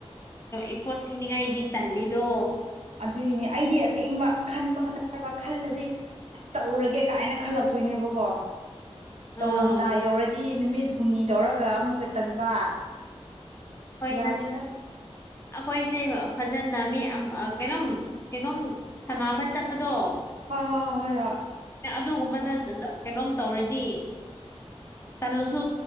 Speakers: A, on the left; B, on the right.
A: ꯏꯐꯣꯔ ꯄꯤꯅꯤꯡꯉꯥꯏꯗꯤ ꯇꯜꯂꯤꯗꯣ
B: ꯑꯗꯨꯒꯤꯅꯤ ꯑꯩꯗꯤ ꯑꯁꯦꯡꯕ ꯈꯟꯕ ꯈꯛꯇꯅꯦꯕ ꯈꯜꯂꯗꯤ ꯑꯁ ꯇꯧꯔꯒꯦ ꯀꯥꯏꯅ ꯈꯜꯂꯛꯇꯣꯏꯅꯦꯕ ꯀꯣ
A: ꯎꯝ
B: ꯇꯧꯔꯝꯗꯥꯏ ꯌꯧꯔꯗꯤ ꯅꯨꯃꯤꯠ ꯍꯨꯝꯅꯤ ꯇꯧꯔꯒ ꯑꯃꯨꯛꯀ ꯇꯟꯕ ꯑꯁ
A: ꯍꯣꯏꯗ
B: ꯌꯥꯗꯦꯗ
A: ꯑꯩꯈꯣꯏ ꯁꯦ ꯐꯖꯅ ꯃꯤ ꯀꯩꯅꯣꯝ ꯀꯩꯅꯣꯝ ꯁꯅꯥꯃ ꯆꯠꯄꯗꯣ
B: ꯍꯣꯏ ꯍꯣꯏ ꯍꯣꯏ ꯍꯣꯏ ꯍꯣꯏ
A: ꯑꯗꯨꯒꯨꯝꯕꯅ ꯀꯩꯅꯣꯝ ꯇꯧꯔꯗꯤ ꯇꯜꯂꯨꯁꯨ